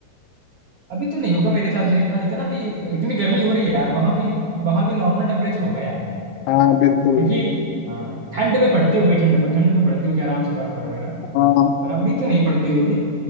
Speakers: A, on the right; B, on the left.
A: अभी तो नहीं होगा मेरे हिसाब से इतना इतना भी इतनी गर्मी हो रही है यार वहां भी वहां भी नॉर्मल टेम्परेचर होगा यार
B: हाँ बिल्कुल
A: क्योंकि हाँ, ठंड में पड़ती होगी ठंड ठंड में पड़ती होगी आराम से बर्फ और वगैरह
B: हाँ
A: पर अभी तो नहीं पड़ती होगी